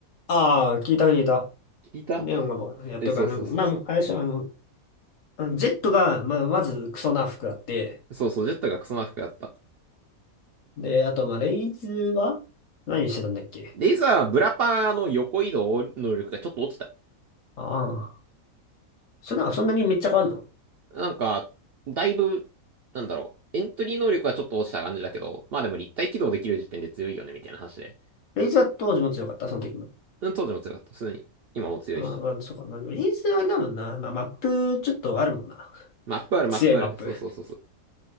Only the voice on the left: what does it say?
ああ、聞いた聞いた。
ネオンがどうやってるかね。
まあ、あれでしょ、あの、あのジェットが、まあ、まずクソな服あって、
で、あと、まあ、レイズは何してたんだっけ
ああ。それなんかそんなにめっちゃ変わんの
レイズは当時も強かった、その時も。
まあ、まあ、そうか。まあ、でもレイズはあれだもんな。まあ、マップちょっとあるもんな。
強いマップ。